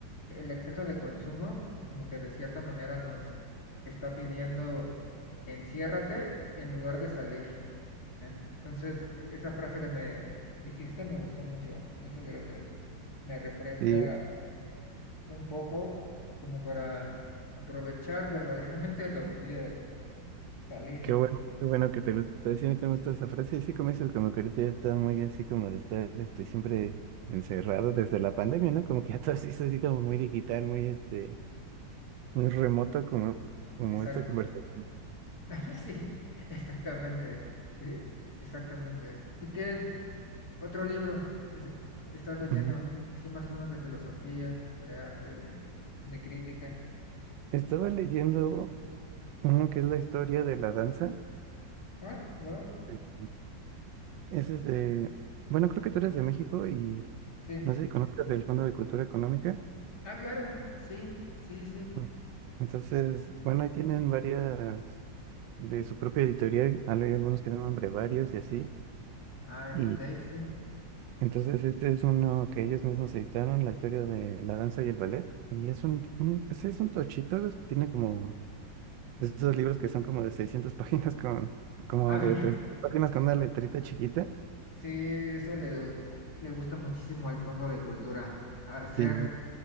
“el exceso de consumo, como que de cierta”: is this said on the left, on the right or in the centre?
Left